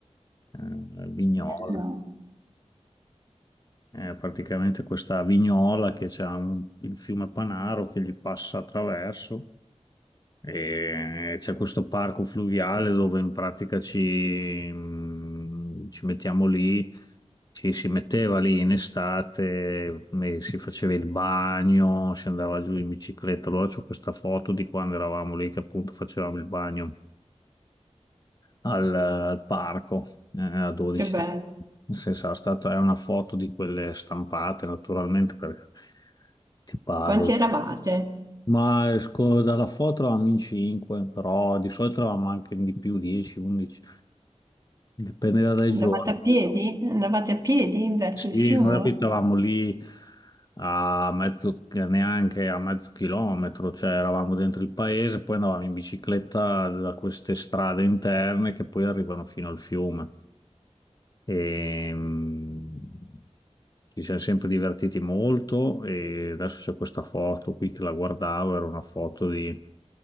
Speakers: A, on the left; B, on the right.
A: eh, Vignola.
B: No.
A: È praticamente questa vignola che c'ha un- il fiume Panaro che gli passa attraverso E c'è questo parco fluviale dove in pratica ci, mh, ci mettiamo lì, ci si metteva lì in estate, e si faceva il bagno, si andava giù in bicicletta. Allora c'ho questa foto di quando eravamo lì che appunto facevamo il bagno al, al parco eh, a 12.
B: Che bello.
A: Nel senso, è stata- è una foto di quelle stampate naturalmente perché ti parlo.
B: Quanti eravate?
A: Ma esco dalla foto eravamo in 5, però di solito eravamo anche di più, 10, 11, dipendeva dai
B: Andavate
A: giorni.
B: a piedi? Andavate a piedi verso
A: Sì,
B: il fiume?
A: noi abitavamo lì a mezzo, neanche a mezzo chilometro, cioè eravamo dentro il paese, poi andavamo in bicicletta da queste strade interne che poi arrivano fino al fiume. E, mm, ci siamo sempre divertiti molto e adesso c'è questa foto qui che la guardavo, era una foto di